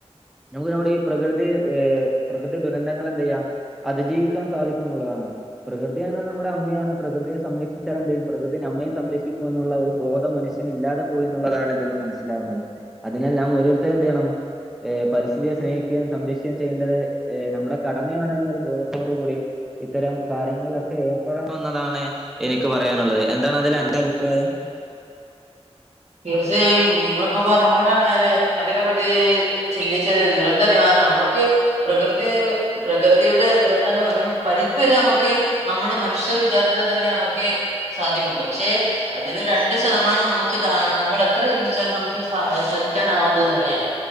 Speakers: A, in the centre; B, on the right.
A: നമുക്ക് നമ്മുടെ ഈ പ്രകൃതി ഏഹ് പ്രകൃതി ദുരന്തങ്ങളെ എന്തെയ്യാ അതിജീവിക്കാൻ സാധിക്കും എന്നുള്ളതാണ് പ്രകൃതിയാണ് നമ്മുടെ അമ്മയാണ് പ്രകൃതിയെ സംരക്ഷിച്ചാല് എന്തേയ്യും പ്രകൃതി നമ്മയും സംരക്ഷിക്കും എന്നുള്ള ഒരു ബോധം മനുഷ്യന് ഇല്ലാതെ പോയി എന്നുള്ളതാണ് ഇതിന്ന് മനസ്സിലാവുന്നത് അതിനാൽ നാം ഓരോരുത്തരും എന്തെയ്യണം ഏഹ് പരിസ്ഥിതിയെ സ്നേഹിക്കുകയും സംരക്ഷിക്കുകയും ചെയ്യേണ്ടത് നമ്മുടെ കടമയാണെന്നൊരു ബോധത്തോടു കൂടി ഇത്തരം കാര്യങ്ങളിലൊക്കെ ഏർപ്പെടണണം എന്നതാണ് എനിക്ക് പറയാനുള്ളത് എന്താണ് അതിൽ അന്റെ അഭിപ്രായം
B: തീർച്ചയായും നിങ്ങളിപ്പോ പറഞ്ഞപ്പോളാണ് ഞാന് അതിനെപ്പറ്റി ചിന്തിച്ചത് ദുരന്ത നിവാരണ നമുക്ക് പ്രകൃതി പറയുമ്പോ പ്രകൃതിയുടെ ദുരന്തങ്ങൾ ഒരു പരിതിവരെ നമുക്ക് നമ്മള് മനുഷ്യർ വിചാരിച്ചാൽ തന്നെ നമ്മുക്ക് സാധിക്കും പക്ഷെ അതിനു രണ്ട് ശതമാനം നമുക്ക് ത നമ്മൾ എത്ര ശ്രമിച്ചാലും നമുക്ക് സ സഹിക്കാനാവാത്തത് തന്നെയാണ്